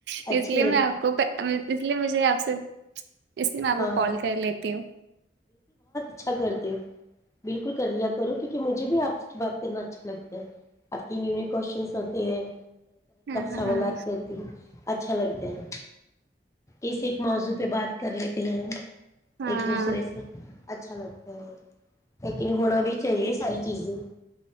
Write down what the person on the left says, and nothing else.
اچھے
لگتے
ہاں
ہاں
ش کر لیا کرو کیکہ مجھے بھی آپ کی بات کرنا اچھا لگتا ہے آپ کی نیوون کوشچنس ہوتے ہیں
سوالات
کرتی ہوں اچھا لگتا ہے اس ایک موضوع پہ بات کر لیتی ہیں ہم
ایک دوسرے سے اچھا لگتا ہے لیکن ہونا بھی چاہیے ساری چیزیں